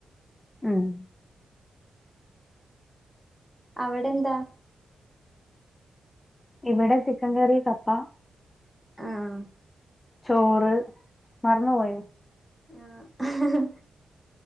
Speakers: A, on the left (about 25°); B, in the centre.
A: ഉമ്
B: അവടെ എന്താ?
A: ഇവടെ ചിക്കൻ കറി കപ്പ.
B: ആഹാ
A: ചോറ് മറന്നുപോയോ?
B: ആ ഹാ